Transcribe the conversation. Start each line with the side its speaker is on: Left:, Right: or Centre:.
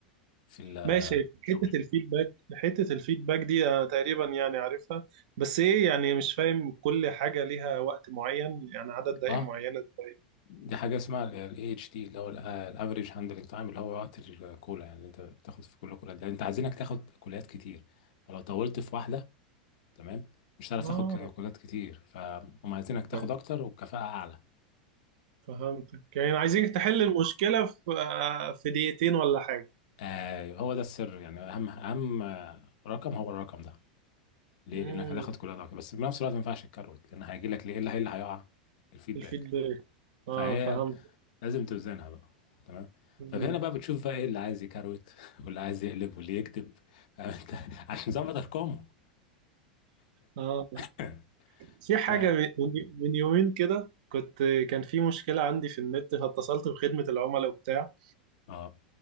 Left: في
Right: ماشي
Left: الشغل
Right: حتة الفيدباك حتة الفيدباك دي آه، تقريبا يعني عارفها بس ايه يعني مش فاهم كل حاجة ليها وقت معين يعني عدد دقائق
Left: اه
Right: معينة ازاي
Left: دي حاجه اسمها الاي اتش تي اللي هو الافريج هاندلنج تايم اللي هو وقت الكولا يعني اللي انت بتاخد في كل كولا يعني انت عايزينك تاخد كولات كتير فلو طولت في واحده تمام مش هتعرف
Right: اه
Left: تاخد كولات كتير فهم عايزينك تاخد
Right: طيب
Left: اكتر وبكفاءه اعلى
Right: فهمتك يعني عايزين تحل المشكلة في آه، في دقيقتين ولا حاجة
Left: آه هو ده السر يعني اهم اهم آه، رقم هو الرقم ده ليه؟
Right: امم
Left: لانك هتاخد كل ده بس في نفس الوقت ما ينفعش الكروت لان هيجي لك ليه إيه اللي إيه اللي هيقع الفيدباك
Right: الفيدباك اه
Left: فهي
Right: فهمت
Left: لازم توزنها بقى تمام
Right: مم.
Left: فهنا بقى بتشوف بقى ايه اللي عايز يكروت <laughs> واللي عايز يقلب واللي يكتب <laughs> فاهم انت عشان ظبط ارقامه
Right: اه
Left: <laughs>
Right: في حاجة
Left: ف
Right: من من يومين كده كنت كان في مشكلة عندي في النت فاتصلت بخدمة العملاء وبتاع
Left: اه